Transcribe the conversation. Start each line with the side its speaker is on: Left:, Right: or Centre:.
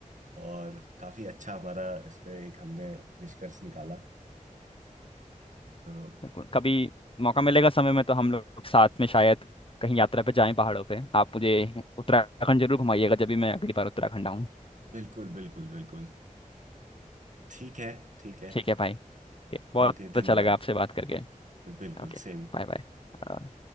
Right: और काफी अच्छा हमारा इस पे एक हमने निष्कर्ष निकाला तो
Left: बिल्कुल कभी मौका मिलेगा समय में तो हम लोग साथ में शायद कहीं यात्रा पे जाएं पहाड़ों पे आप मुझे उत्तराखंड जरूर घुमाइएगा जब भी मैं अगली बार उत्तराखंड आऊँ
Right: बिल्कुल बिल्कुल बिल्कुल ठीक है ठीक है
Left: ठीक है भाई ओके बहुत
Right: ओके धन्यवाद
Left: अच्छा लगा आपसे बात करके
Right: बिल्कुल
Left: Okay
Right: सेम
Left: bye bye